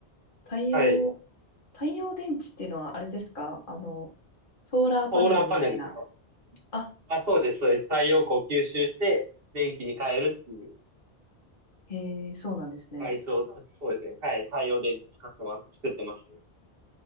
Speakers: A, on the left (about 50°); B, on the right (about 60°).
A: 太陽、
B: はい。
A: 太陽電池っていうのはあれですかあの、ソーラーパネルみたいな。
B: ソーラーパネルとか。
A: あ、
B: あ、そうです、そうです。太陽光を吸収して、電気に変えるっていう、
A: へそうなんですね。
B: デバイスを、そうですね。はい。太陽電池使ってます、作ってますね。